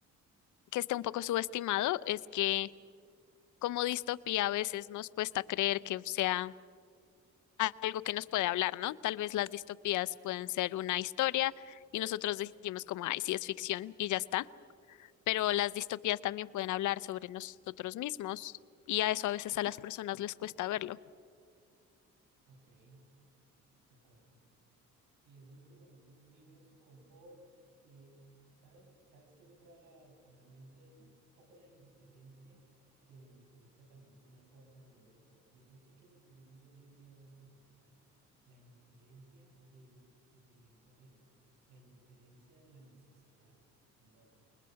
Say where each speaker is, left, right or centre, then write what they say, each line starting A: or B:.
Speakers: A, on the left; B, on the right.
A: que esté un poco subestimado, es que como distopía a veces nos cuesta creer que sea algo que nos puede hablar, ¿no? Tal vez las distopías pueden ser una historia y nosotros decimos como, ay, sí es ficción y ya está pero las distopías también pueden hablar sobre nosotros mismos y a eso a veces a las personas les cuesta verlo.
B: Ok, de acuerdo. Y es muy duro, uno vive en su confort. eh, ¿sabes? ¿Sabes qué me trae a la, a la mente eso? Un poco la indiferencia, que la indiferencia también es una forma de violencia. Y eso sí que lo vivimos hoy en día en nuestra sociedad. La indiferencia del sufrimiento ajeno, la indiferencia de la necesidad del otro.